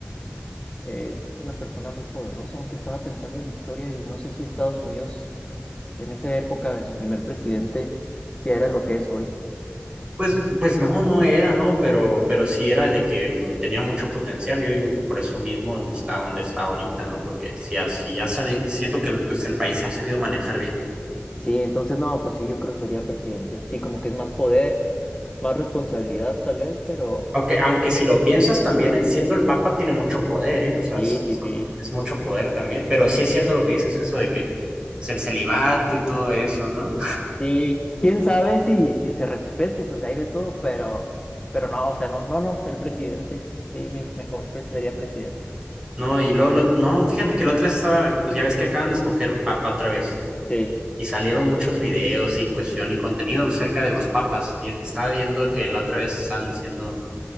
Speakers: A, on the left (about 25°); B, on the right (about 20°).
A: es una persona muy poderosa, aunque estaba pensando en historia y no sé si Estados Unidos en esa época de su primer presidente ya era lo que es hoy.
B: Pues, pues no, no era, ¿no? Pero, pero sí era de que tenía mucho potencial. Yo digo que por eso mismo está donde está ahorita, ¿no? Porque si así ya sale- siento que el- pues el país se ha sabido manejar bien.
A: Sí, entonces no, pues sí, yo creo que sería presidente. Sí, como que es más poder, más responsabilidad tal vez, pero
B: Aunque, aunque si lo piensas también, eh, siendo el Papa tiene mucho poder, ¿eh? O sea,
A: sí,
B: es,
A: sí, sí.
B: es mucho poder también. Pero sí es cierto lo que dices, eso de que pues el celibato y todo eso, ¿no?
A: Sí, quién sabe si, si se respete, pues hay de todo, pero, pero no, o sea, no, no, no, el presidente. Dime, mejor pre- sería presidente.
B: No, y luego, lo- no, fíjate que la otra estaba, pues ya ves que acaban de escoger papa otra vez
A: Sí,
B: y salieron muchos videos y cuestión y contenido acerca de los papas y estaba viendo que la otra vez estaban diciendo